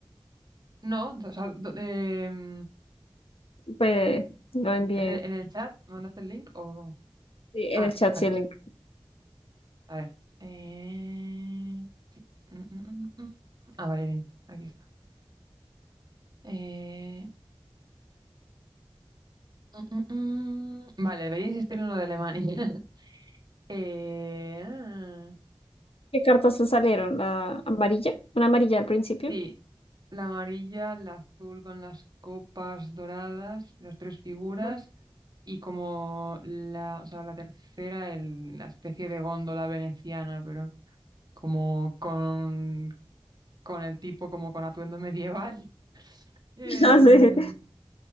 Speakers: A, on the right; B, on the left.
A: no, o sea, do- em,
B: Pues lo envié
A: en el, en el chat, ¿me mandaste el link o cómo?
B: sí, en
A: Ah,
B: el chat,
A: vale,
B: sí, el
A: está.
B: link.
A: A ver. Eh, sí. Mm, mm, mm, mm. mm. Ah, vale, bien, aquí está. Eh, mm, mm, mm. Vale, debería insistir en lo de Alemania. <laughs> Eh, ah,
B: ¿Qué cartas te salieron? ¿La amarilla? ¿Una amarilla al principio?
A: sí. la amarilla, la azul con las copas doradas, las tres figuras,
B: Ajá.
A: y como la, o sea, la tercera, el- la especie de góndola veneciana, pero como con, con el tipo, como con atuendo medieval. <laughs> Em,
B: <laughs> Ah, sí.